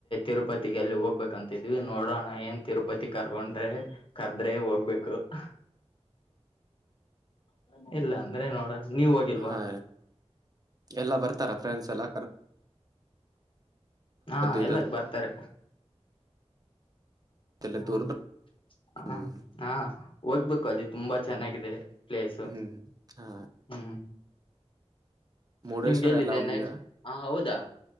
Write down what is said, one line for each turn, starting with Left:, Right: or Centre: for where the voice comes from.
Left: ತಿರುಪತಿಗೆ ಯಲ್ಲಿ ಹೋಗಬೇಕಅಂತಿದ್ದೀವಿ ನೋಡೋಣ ಏನ್ ತಿರುಪತಿ ಕರ್ಕೊಂಡ್ರೆ ಕರ್ದ್ರೆ ಹೋಗ್ಬೇಕು. ಹ ಹು ಇಲ್ಲ ಅಂದ್ರೆ ನೋಡನ ನೀವ ಹೋಗಿಲ್ವಾ?
Right: ಹಾ ಎಲ್ಲಾ ಬರ್ತಾರ ಫ್ರೆಂಡ್ಸ್ ಎಲ್ಲ
Left: ಹಾ
Right: <unintelligible>
Left: ಎಲ್ಲ ಬರ್ತಾರೆ
Right: ಎಲ್ಲ
Left: ಹಾ
Right: ದೂರ್
Left: ಹಾ
Right: ಹ್ಮ್
Left: ಹಾ ಹೋಗ್ಬೇಕು ಅಲ್ಲಿ ತುಂಬಾ ಚೆನ್ನಾಗಿದೆ ಪ್ಲೇಸು
Right: ಹ್ಮ್ ಹಾ
Left: ಹು.
Right: ಮುರುಡೇಶ್ವರ
Left: ನಿಮ್ಗೆ ಎಲ್ಲಿದೆ
Right: ಎಲ್ಲ ಹೋಗಿದ್ದೀರಾ
Left: ನೆಕ್ಸ್ಟ್ ಹಾ ಹೌದಾ